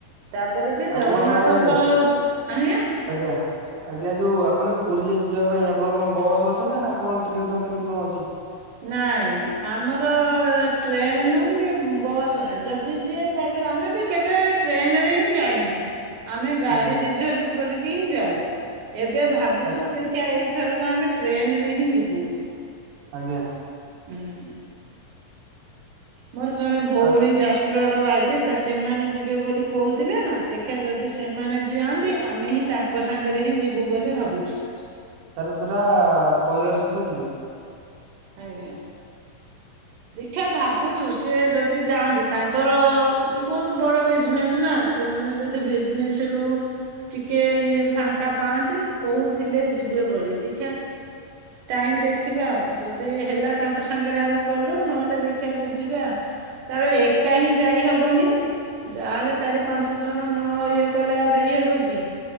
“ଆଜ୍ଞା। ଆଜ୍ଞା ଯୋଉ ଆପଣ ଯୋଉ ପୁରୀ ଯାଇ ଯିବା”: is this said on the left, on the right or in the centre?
Right